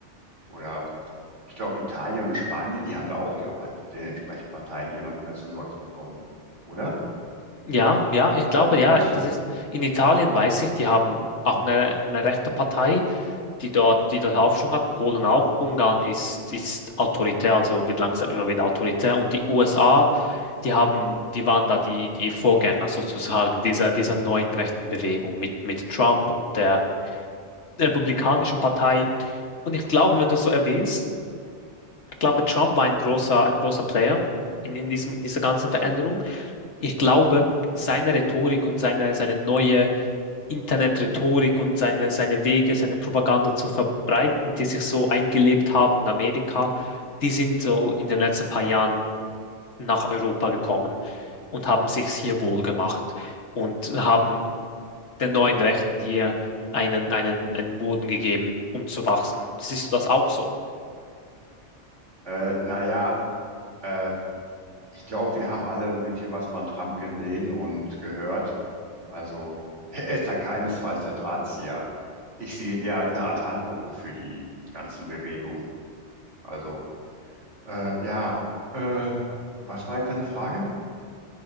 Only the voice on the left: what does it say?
Ja, ja, ich glaube,
ja,
das
ist, in Italien weiß ich, die haben auch eine, eine rechte Partei, die dort, die dort Aufschwung hat, Polen auch, Ungarn ist, ist autoritär, also wird langsam immer wieder autoritär und die USA, die haben, die waren da die, die Vorgänger sozusagen dieser, dieser neuen rechten Bewegung mit, mit Trump und der der Republikanischen Partei. Und ich glaube, wenn du es so erwähnst, ich glaube, Trump war ein großer, ein großer Player in, in diesem, in dieser ganzen Veränderung. Ich glaube, seine Rhetorik und seine, seine neue Internet-Rhetorik und seine, seine Wege, seine Propaganda zu verbreiten, die sich so eingelebt haben in Amerika, die sind so in den letzten paar Jahren nach Europa gekommen und haben sich hier wohl gemacht und haben den neuen Rechten hier einen, einen, einen Boden gegeben, um zu wachsen. Siehst du das auch so?